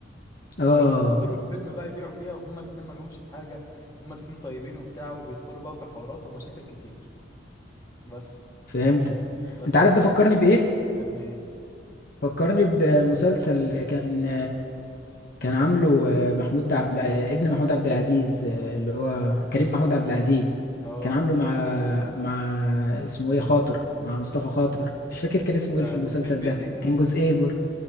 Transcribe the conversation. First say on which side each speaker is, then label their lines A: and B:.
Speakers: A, on the left; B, on the left.
A: اه
B: فبيقعدوا بقى طول الفيلم بقى يبيعوا فيها وهما الاتنين مالهمش في حاجة هما الاتنين طيبين وبتاع وبيدخلوا بقى في حوارات ومشاكل كتير بس
A: فهمتك
B: بس
A: انت عارف
B: يسطا
A: ده فكرني بايه
B: فيلم ايه
A: فكرني بمسلسل كان كان عامله محمود عبد الع- ابن محمود عبد العزيز اللي هو كريم محمود عبد العزيز
B: اه
A: كان عامله مع مع اسمه ايه خاطر مع مصطفى خاطر مش فاكر كان اسمه
B: ده
A: ايه في المسلسل
B: البيت بيتي
A: ده كان
B: البيت
A: جزئين
B: بيتي
A: برضه